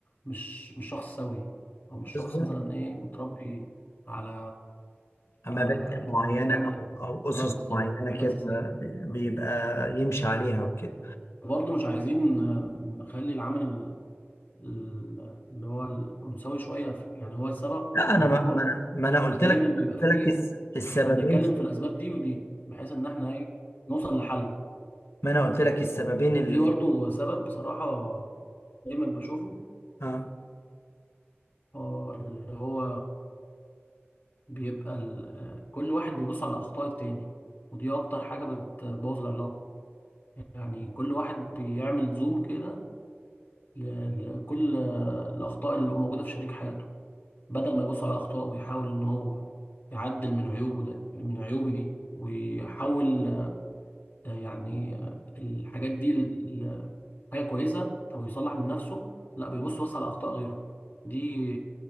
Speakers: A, on the left; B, on the left.
A: مش مش شخص سوي او مش
B: بالظبط
A: شخص مثلا ايه متربي على
B: مبادئ
A: على
B: معينة
A: يعني
B: أو أو أسس
A: اه بالظبط
B: معينة
A: حاجة
B: كده
A: أساسية
B: بيبقى يمشي عليها وكده
A: برضه مش عايزين نخلي العمل ال- ال- اللي هو الأنثوي شوية في- يعني هو السبب
B: لا
A: في
B: أنا
A: الموضوع
B: ما ما أنا ما أنا قلت
A: دايما
B: لك
A: بيبقى
B: قلت لك
A: فيه
B: الس- السببين
A: احنا بنتكلم
B: في-
A: في الأسباب دي ودي بحيث إن احنا ايه نوصل لحل
B: ما أنا قلت لك السببين ال...
A: في برضه سبب بصراحة دايما بشوفه
B: آه.
A: هو اللي هو بيبقى ال- آه، كل واحد بيبص على أخطاء التاني ودي أكتر حاجة بتبوظ العلاقة يعني كل واحد بيعمل زوم كده ل- لكل آه، الأخطاء اللي موجودة في شريك حياته بدل ما يبص على أخطائه ويحاول إن هو يعدل من عيوبه ده من عيوبه دي ويحاول آه، يعني آه، الحاجات دي ال- ال- حاجة كويسة أو يصلح من نفسه لا بيبص بس على أخطاء غيره دي